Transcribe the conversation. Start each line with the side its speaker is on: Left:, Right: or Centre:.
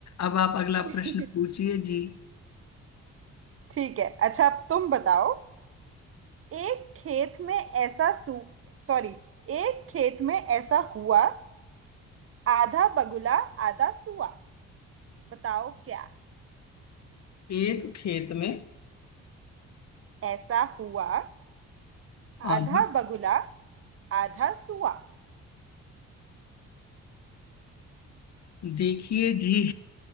Left: अब आप अगला
Right: <laughs>
Left: प्रश्न पूछिए जी
Right: ठीक है अच्छा अब तुम बताओ एक खेत में ऐसा सू सॉरी एक खेत में ऐसा हुआ आधा बगुला आधा सुआ बताओ क्या
Left: एक खेत में
Right: ऐसा हुआ
Left: आधा
Right: आधा बगुला आधा सुआ
Left: देखिए जी